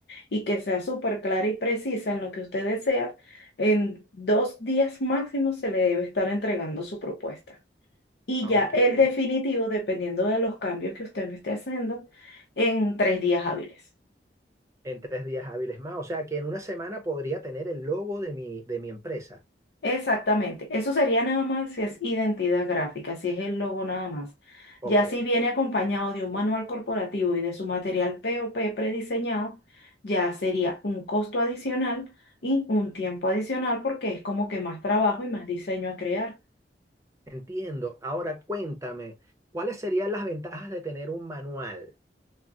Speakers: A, on the left (about 65°); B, on the right (about 15°).
A: y que sea súper clara y precisa en lo que usted desea, en dos días máximo se le debe estar entregando su propuesta. Y
B: Aunque
A: ya el definitivo, dependiendo de los cambios que usted me esté haciendo, en tres días hábiles.
B: en tres días hábiles más. O sea que en una semana podría tener el logo de mi, de mi empresa.
A: Exactamente, eso sería nada más si es identidad gráfica, si es el logo nada más.
B: Ok.
A: Ya si viene acompañado de un manual corporativo y de su material POP prediseñado, ya sería un costo adicional y un tiempo adicional porque es como que más trabajo y más diseño a crear.
B: Entiendo. Ahora cuéntame, ¿cuáles serían las ventajas de tener un manual?